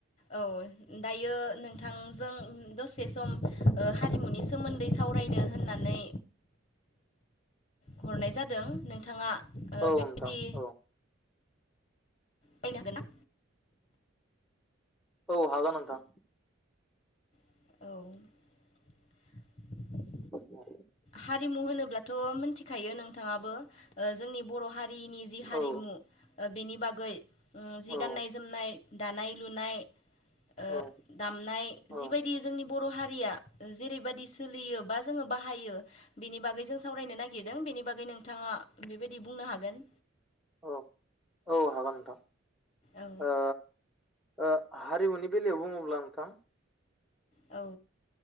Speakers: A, on the left; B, in the centre.
A: औ दायो नोंथांजों दसे सम ओ हारिमुनि सोमोन्दै सावरायनो होननानै हरनाय जादों नोंथाङा ओ
B: औ
A: बिबदि
B: नोंथां औ
A: फैयनोागोनां
B: औ हागोन नोंथां
A: औ
B: अ <unintelligible>
A: हारिमु होनोब्लाथ' मोनथिखायो नोंथाङाबो ओ जोंनि बर' हारि हारिनि जि हारिमु
B: औ
A: ओ बेनि बागै जि
B: औ
A: गाननाय-जोमनाय, दानाय-लुनाय ओ
B: औ
A: दामनाय
B: औ
A: जिबायदि जोंनि बर' हारिया जेरैबाददि सोलियो बा जोङो बाहायो बेनि बागै जों सावरायनो नागिरदों बेनि बागै नोंथाङा बेनि बुंनो हागोन?
B: औ औ हागोन नोंथां।
A: औ
B: ओ ओ हारिमुनि बेलायाव बुङोब्ला नोंथां
A: औ